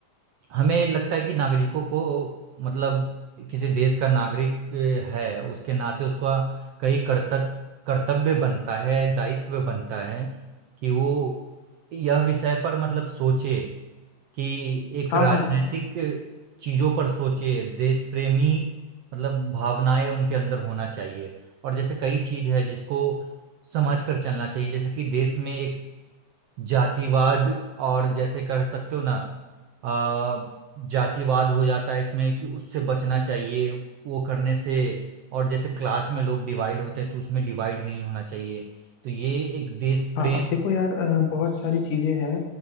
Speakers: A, on the right; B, on the left.
A: हमें लगता है कि नागरिकों को मतलब किसी देश का नागरिक अ, है उसके नाते उसका कई कर्तव्य कर्तव्य बनता है दायित्व बनता है कि वो यह विषय पर मतलब सोचे कि एक
B: हाँ
A: राजनीतिक
B: हाँ
A: चीजों पर सोचे देश प्रेमी मतलब भावनाएं उनके अंदर होना चाहिए और जैसे कई चीज है जिसको समझ कर चलना चाहिए जैसे कि देश में एक जातिवाद और जैसे कह सकते हो ना अ, जातिवाद हो जाता है इसमें कि उससे बचना चाहिए वो करने से और जैसे क्लास में लोग डिवाइड होते हैं तो उसमें डिवाइड नहीं होना चाहिए तो ये एक देश प्रेम
B: हाँ अब देखो यार अ, बहुत सारी चीजें हैं